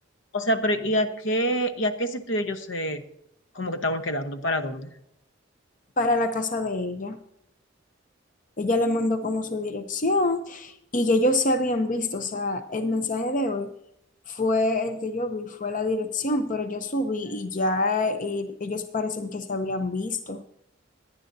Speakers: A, on the left; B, on the left.
A: O sea, pero ¿y a qué, y a qué sitio ellos se, como que estaban quedando? ¿Para dónde?
B: para la casa de ella. Ella le mandó como su dirección y ya ellos se habían visto. O sea, el mensaje de hoy fue el que yo vi, fue la dirección, pero yo subí y ya eh, ellos parecen que se habían visto.